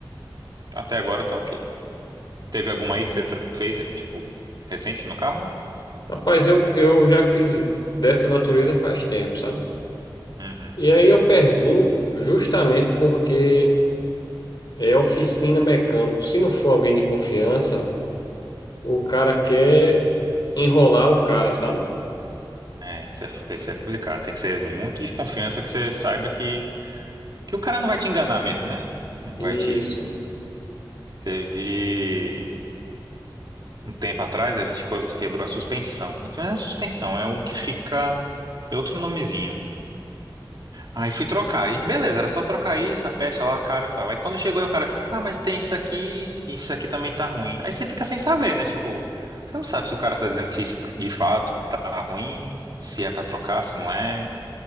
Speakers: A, on the right (about 55°); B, on the left (about 55°).
A: até agora tá ok. Teve alguma aí que você tro- fez, tipo, recente no carro?
B: Rapaz, eu, eu já fiz dessa natureza faz tempo, sabe?
A: Uhum.
B: E aí eu pergunto justamente porque é oficina mecânico. Se não for alguém de confiança, o cara quer enrolar o cara, sabe?
A: É, isso é, f- isso é complicado. Tem que ser muito de confiança que você saiba que, que o cara não vai te enganar mesmo, né? Não
B: Isso.
A: vai te. Teve um tempo atrás, a gente co- quebrou a suspensão. Não foi nem a suspensão, é um que fica. É outro nomezinho. Aí fui trocar. Aí, beleza, era só trocar aí essa peça lá, cara e tal. Aí quando chegou aí o cara, ah, mas tem isso aqui, isso aqui também tá ruim. Aí você fica sem saber, né? Tipo, você não sabe se o cara tá dizendo que isso de fato tá ruim, se é pra trocar, se não é.